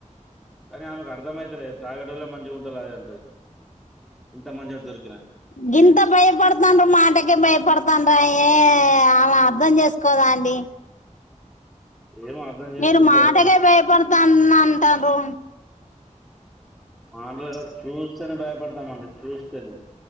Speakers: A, in the centre; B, on the left (about 70°).
A: కానీ ఆమెకు అర్థంమైతలే తాగటోళ్లే మంచిగా ఉంటరని ఆమె అంటది ఇంత మంచోడు దొరికినా
B: గింత భయపడుతాన్రు మాటకే భయ పడుతన్ రాయే ఆమె అర్ధం చేసుకోద అండి
A: ఏమో అర్థం చేసుకుంటలేదండి
B: మీరు మాటకే భయపడుతాన అంటారు
A: మాటలు చూస్తేనే భయపడతామండి చూస్తేనే